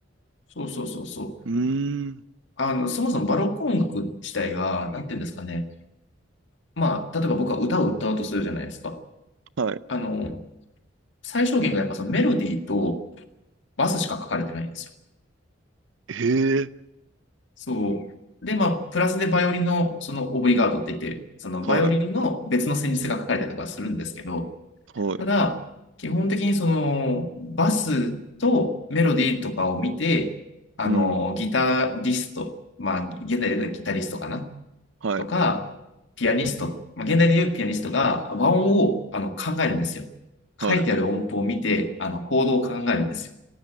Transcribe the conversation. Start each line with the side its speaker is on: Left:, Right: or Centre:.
Left: そうそうそうそう。
Right: うーん。
Left: あの、そもそもバロック音楽自体が、なんていうんですかね。まあ、例えば僕は歌を歌うとするじゃないですか。
Right: はい。
Left: あの、最小限がやっぱそのメロディーとバスしか書かれてないんですよ
Right: へえ。
Left: そう。で、まあ、プラスでバイオリンの、その、オブリガードって言って、その、
Right: はい。
Left: バイオリンの別の旋律が書かれたりとかするんですけど、
Right: はい。
Left: ただ、基本的にその、バスとメロディーとかを見て、あの、
Right: うん。
Left: ギタリスト、まあ、現代で言うとギタリストかな
Right: はい。
Left: とか、ピアニスト、まあ、現代で言うピアニストが和音をあの考えるんですよ。
Right: は
Left: 書いてある音符を見て、あの、コードを考えるんですよ。